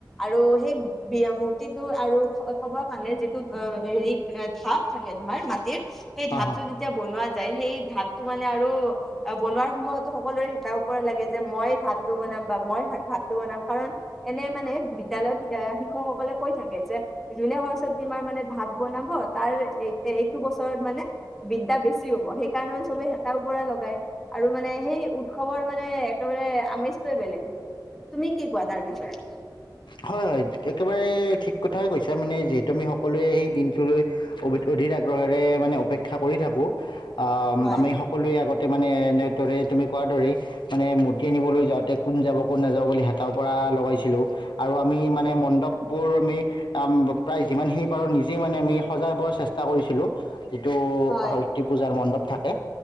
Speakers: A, in the centre; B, on the left.
A: আৰু সেই বি মূৰ্তিটো আৰু খবৰ কাৰণে যিটো অ, হেৰি ধাপ থাকে মাটিৰ সেই ধাপটো
B: অঁ অঁ
A: যেতিয়া বনোৱা যায় সেই ধাতটো মানে আৰু বনোৱাৰ সময়তো সকলোৰে হেতা ওপৰা লাগে যে মই ধাপটো বনাই বা মই ভাতটো বনাম কাৰণ, এনে মানে বিদ্যালয়ত ঐ শিক্ষকসকলে কৈ থাকে যে। যোনে সৰস্বতী মাৰ মানে ভাত বনাব তাৰ এইটো বছৰত মানে। বিদ্যা বেছি হ'ব সেইকাৰণে, মানে চবেই হেতাৰ ওপৰা লগাই, আৰু মানে সেই উৎসৱৰ মানে একেবাৰে আমেজটোৱে বেলেগ। তুমি কি কোৱা তাৰ বিষয়ে?
B: হয়, হয়। একেবাৰে ঠিক কথাই কৈছা মানে যিহেতু আমি সকলোৱে সেই দিনটোলৈ অধিক আগ্ৰহেৰে মানে অপেক্ষা কৰি থাকো। অহ,
A: হয়
B: আমি সকলোৱে আগত তে মানে এনেদৰে তুমি কোৱাৰ দৰেই, মানে মূৰ্তি আনিবলৈ যাওঁতে কোন যাব কোন নাযাব বুলি হেতা উপৰা আহ, লগাইছিলো। আৰু আমি মানে মণ্ডপবোৰ আমি প্ৰায়, যিমানখিনি পাৰো নিজেই মানে, আমি সজাব চেষ্টা কৰিছিলো যিটো
A: হয়
B: সৰতী পূজাৰ মণ্ডপ থাকে